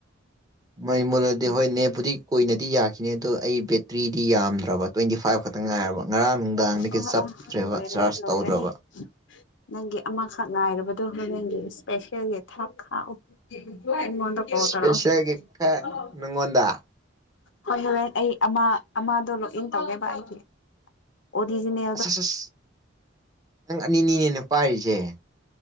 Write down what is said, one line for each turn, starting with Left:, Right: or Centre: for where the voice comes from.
Right: ꯃꯩ ꯃꯨꯠꯂꯗꯤ ꯍꯣꯏ ꯅꯦꯠꯄꯨꯗꯤ ꯀꯨꯏꯅꯗꯤ ꯌꯥꯈꯤꯅꯦ ꯑꯗꯣ ꯑꯩ ꯕꯦꯇ꯭ꯔꯤꯗꯤ ꯌꯥꯝꯗ꯭ꯔꯕ ꯇ꯭ꯋꯦꯟꯇꯤ ꯐꯥꯏꯚ ꯈꯛꯇ ꯈꯤꯇꯪ ꯉꯥꯏꯔꯕ ꯉꯔꯥꯡ ꯅꯨꯡꯗꯥꯡꯗꯒꯤ
Left: ꯑꯣ
Right: ꯆꯞꯠꯇ꯭ꯔꯦꯕ
Left: ꯑꯣ ꯂꯣꯏꯔꯅꯤ
Right: ꯆꯥꯔꯖ
Left: ꯂꯣꯏꯔꯅꯤ
Right: ꯇꯧꯗ꯭ꯔꯕ
Left: ꯅꯪꯒꯤ ꯑꯃꯈꯛ ꯉꯥꯏꯔꯕꯗꯣ ꯍ ꯅꯪꯒꯤ ꯏꯁꯄꯦꯁꯦꯜꯒꯤ ꯊꯥꯛ ꯈꯥꯛꯎ ꯑꯩꯉꯣꯟꯗ ꯀꯣꯜ
Right: ꯏꯁꯄꯦꯁꯦꯜꯒꯤ
Left: ꯇꯩꯔꯛꯑꯣ
Right: ꯅꯪꯉꯣꯟꯗ
Left: ꯍꯣꯏ ꯍꯣꯔꯦꯟ ꯑꯩ ꯑꯃ ꯑꯃꯗꯣ ꯂꯣꯛ ꯏꯟ ꯇꯧꯒꯦꯕ ꯑꯩꯒꯤ ꯑꯣꯔꯤꯖꯤꯅꯦ
Right: ꯑꯁ ꯑꯁ ꯑꯁ ꯅꯪ ꯑꯅꯤ ꯅꯤꯅꯦ ꯄꯥꯏꯔꯤꯁꯦ